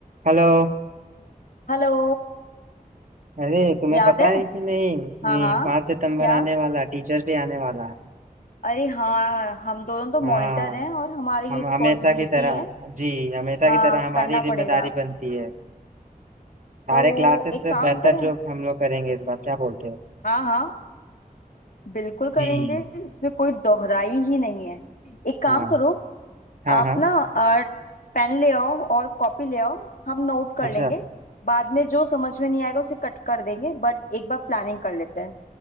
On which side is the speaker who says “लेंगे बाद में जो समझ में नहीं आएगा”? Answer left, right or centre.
Left